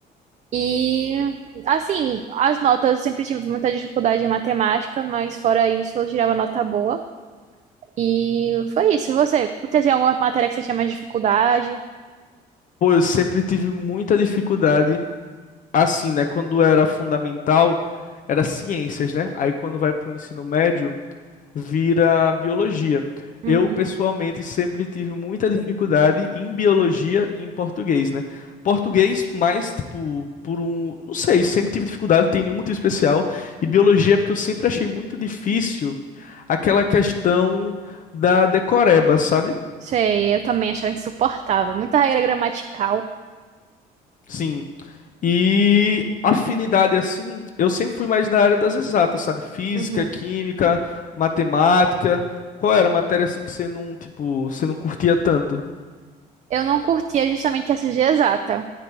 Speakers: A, on the right; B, on the left.
A: E assim, as notas, eu sempre tive muita dificuldade em matemática, mas fora isso, eu tirava nota boa. E foi isso. E você? Teve alguma matéria que você tinha mais dificuldade?
B: Pô, eu sempre tive muita dificuldade, assim, né? Quando era fundamental, era ciências, né? Aí quando vai pro ensino médio, vira biologia.
A: Uhum.
B: Eu, pessoalmente, sempre tive muita dificuldade em biologia e em português, né? Português, mais, tipo, por um. Não sei, sempre tive dificuldade, tem nenhum motivo especial. E biologia, é porque eu sempre achei muito difícil aquela questão da decoreba, sabe?
A: Sei, eu também achava insuportável. Muita regra gramatical.
B: Sim. E afinidade, assim, eu sempre fui mais da área das exatas, sabe? Física,
A: Uhum.
B: química, matemática. Qual era a matéria, assim, que você não, tipo, você não curtia tanto?
A: Eu não curtia justamente essa de exata.